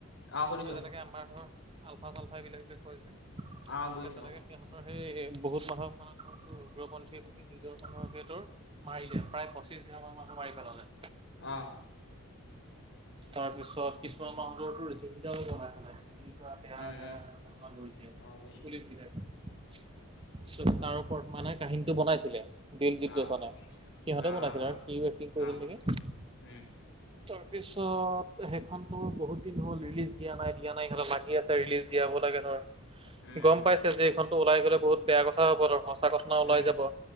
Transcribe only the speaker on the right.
যেনেকে আমাৰ ধৰ আলফা-চালফা এইবলাক যে কয় যে
তেনেকে
সিহঁতৰ সেই বহুত মানুহক মানে উগ্ৰপন্থী বুলি নিজৰ মানুহকে তোৰ মাৰিলে প্ৰায় পঁচিশ হাজাৰ মান মানুহ মাৰি পেলালে
তাৰপিছত কিছুমান মানুহৰটো ছিঙডাল লগাই থোৱা নাই এনেকোৱা বেয়া
বেয়া
অসন্মান কৰিছে
পুলিচ বিলকে তাৰ ওপৰত মানে কাহিনীটো বনাইছিলে দিলজিত
দোচনে সিহঁতে
বনাইছিল
আৰু সিও এক্টিং কৰিছিল
নেকি।
তাৰ পিছত, সেইখন তোৰ বহুত দিন হ'ল ৰিলিজ দিয়া নাই - দিয়া নাই সিহঁতে লাগিয়ে আছে', ৰিলিজ দিয়াব লাগে ধৰ',
গম পাইছে যে এইখনতো ওলাই গ'লে বহুত বেয়া কথা হ'ব ধৰ সঁচা ঘটনা
ওলাই যাব',